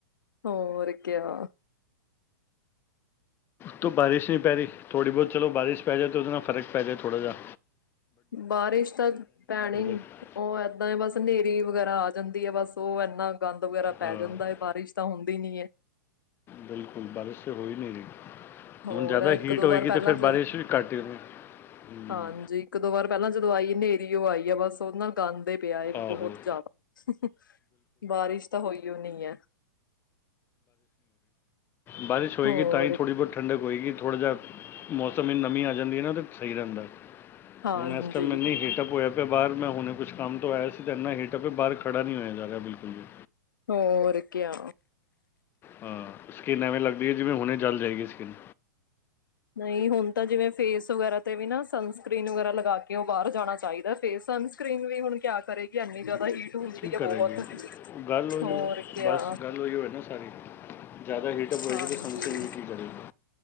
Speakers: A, on the left; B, on the left.
A: ਹੋਰ ਕਿਆ
B: ਤ ਬਾਰਿਸ਼ ਨਹੀਂ ਪੈ ਰਹੀਥੋੜੀ ਬਹੁਤ ਚਲੋ ਬਾਰਿਸ਼ ਪੈ ਜਾਏ ਤਾਂ ਉਤਨਾ ਫ਼ਰਕ ਪੈ ਜਾਏ ੋੜਾ ਜਾਹਾ
A: ਬਾਰਿਸ਼ ਤਾਂ ਪੈਣੀ
B: ਤੱਕ
A: ਉਹ ਏਦਾਂ ਬਸ ਹਨੇਰੀ ਵਗੈਰਾ ਆ ਜਾਂਦੀ ਹੈ ਬਸ ਤੋ ਇੰਨਾ ਗੰਦ ਵਗੈਰਾ ਪੈ
B: ਹਾਂ
A: ਜਾਂਦਾ ਹੈ ਬਾਰਿਸ਼ ਤਾਂ ਹੁੰਦੀ ਨੀ ਹੈ
B: ਬਿਲਕੁਲ ਬਾਰਿਸ਼ ਤੇ ਹੋ ਹੀ ਨਹੀਂ ਰਹੀ
A: ਹੋਰ
B: ਹੁਣ ਜ਼ਿਆਦਾ
A: ਹੈ ਇੱਕ
B: ਹੀਟ
A: ਦੋ
B: ਹੋਏਗੀ
A: ਵਾਰ ਪਹਿਲਾਂ
B: ਤੇ ਫਿਰ
A: ਜ
B: ਬਾਰਿਸ਼ ਵੀ ਘੱਟ ਹੀ ਹੋਣੀ ਹਮ,
A: ਹਾਂਜੀ ਇੱਕ ਦੋ ਵਾਰ ਪਹਿਲਾਂ ਜਦੋਂ ਆਈ ਹਨੇਰੀ ਉਹ ਆਈ ਹੈ ਬਸ ਸੋਨਾ ਗਾਂਧੀ ਪਿਆ
B: ਆਹੋ
A: ਬਹੁਤ ਜ਼ਿਆਦਾ ਬਾਰਿਸ਼ ਤਾਂ ਹੋਈ ਉਹ ਨ ਹੈ
B: ਬਾਰਿਸ਼ ਹੋਏਗੀ
A: ਹੋਰ
B: ਤਾਂ ਹੀ ਥੋੜ੍ਹੀ ਬਹੁਤ ਠੰਡਕ ਹੋਏਗੀ ਥੋੜ੍ਹਾ ਜਿਹਾ ਮੌਸਮ ਨਮੀਂ ਆ ਜਾਂਦੀ ਹੈ ਨਾ ਤਾਂ ਸਹੀ ਰਹਿੰਦਾ
A: ਹਾਂਜੀ
B: ਹੁਣ ਇਸ ਟਾਈਮ ਇੰਨੀ ਹੀਟਅਪ ਹੋਇਆ ਅਦ ਮੈਂ ਬਾਹਰ ਹੁਣੇ ਕੁਸ਼ ਕੰਮ ਤੋਂ ਆਇਆ ਸੀ ਤਾਂ ਇੰਨਾ ਹੀੇਟਪੇ ਬਾਹਰ ਖੜਾ ਨਹੀਂ ਹੋਆ ਜਾ ਰਿਹਾ ਬਿਲਕੁਲ ਜ
A: ਹੋਰ ਕਿਆ
B: ਹਾਂ ਸਕਿੰਨ ਐਵੇਂ ਲੱਗਦੀ ਹੈ ਜਿਵੇਂ ਹੁਣੇ ਜਲ ਜਾਏਗੀ ਸਕਿੰਨ
A: ਨਹੀਂ ਹੁਣ ਤਾਂ ਜਿਵੇਂ ਫੇਸ ਵਗੈਰਾ ਤੇ ਵੀ ਨਾ ਸਨ ਸਕਕ੍ਰਰੀਨ ਵਗੈਰਾ ਲਗਾ ਕੇ ਉਹ ਬਾਹਰ ਜਾਣਾ ਚਾਹੀਦਾ ਫੇਸ ਸਨਸਕ੍ਰਰੀਨ ਵੀ ਹੁਣ ਕਿਆ ਕਰੇਗੀ ਇਨੀ ਜ਼ਿਆਦਾ ਹੀਟ ਹੁੰਦੀ
B: ਕੀ
A: ਹੈ
B: ਕਰੇਗੀ
A: ਬਹੁਤ
B: ਗੱਲ ਉਹੀਓ
A: ਹੋਰ ਕਿਆ
B: ਬਸ ਗੱਲ ਉਹੀ ਹੋਏ ਨਾ ਸਾਰੀ ਜ਼ਿਆਦਾ ਹੀਟਅਪ ਹੋਏਗੀ
A: ਹਾਂਜੀ
B: ਤਾਂ ਸਨਸਨ ਵੀ ਕੀ ਕਰੇਗੀ।